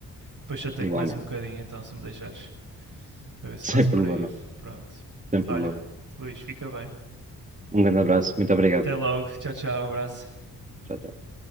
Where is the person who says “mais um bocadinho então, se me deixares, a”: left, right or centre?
Right